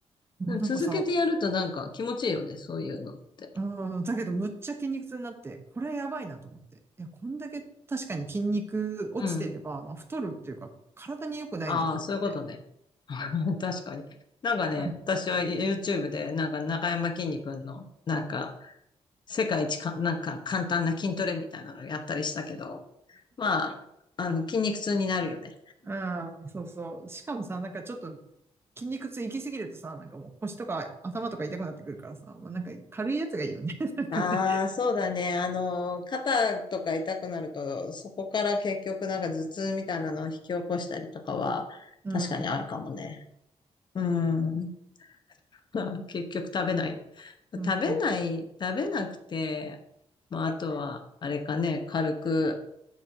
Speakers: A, on the right; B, on the left.
A: もうなんかさ、
B: でも続けてやるとなんか気持ちいいよね、そういうのって。
A: うん、だけどむっちゃ筋肉痛になって、これやばいなと思って。いや、こんだけ確かに筋肉落ちてれば、
B: うん。
A: まあ、太るっていうか、体に良くないねと思って。
B: ああ、そういうことね。<laughs> 確かに。なんかね、
A: うん。
B: 私は YouTube で、なんか中山きんに君の、なんか、世界一か、なんか簡単な筋トレみたいなのやったりしたけど、まあ、あの、筋肉痛になるよね。
A: うん、そうそう。しかもさ、なんかちょっと筋肉痛行き過ぎるとさ、なんかもう腰とか頭とか痛くなってくるからさ、まあ、なんか軽いやつがいいよね。<laughs> なんかね。
B: ああ、そうだね。あの、肩とか痛くなると、そこから結局なんか頭痛みたいなのを引き起こしたりとかは、
A: うん。
B: 確かにあるかもね。うん。<laughs> 結局食べない。
A: うん。
B: 食べない、食べなくて、まあ、あとは、あれかね、軽く、